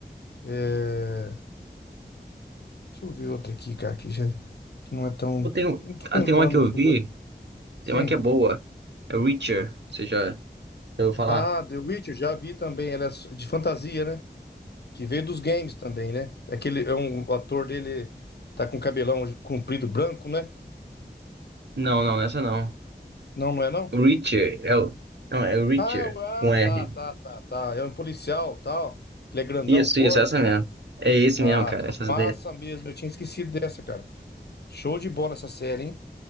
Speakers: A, on the left; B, on the right.
A: É, Deixa eu ver outra aqui, cara, que já que não é tão.
B: Ou tem,
A: Não tô
B: ah,
A: lembrando
B: tem uma que eu
A: muito
B: vi,
A: agora. Sim.
B: tem uma que é boa. É Reacher, você já já ouviu falar?
A: Ah, The Witcher, já vi também, ela é s- de fantasia, né? Que veio dos games também, né? Aquele, é um o ator dele tá com cabelão comprido branco, né?
B: Não, não, nessa não.
A: Não, não é não?
B: Richard, é o... Não, é o Richard,
A: Ah, o- ah,
B: com R.
A: tá, tá, tá, tá. É um policial, tal. Ele é grandão,
B: Isso,
A: forte.
B: isso, essa mesmo. É esse
A: Ah,
B: mesmo, cara.
A: que
B: Essa
A: massa
B: daí,
A: mesmo. Eu tinha esquecido dessa, cara. Show de bola essa série, hein?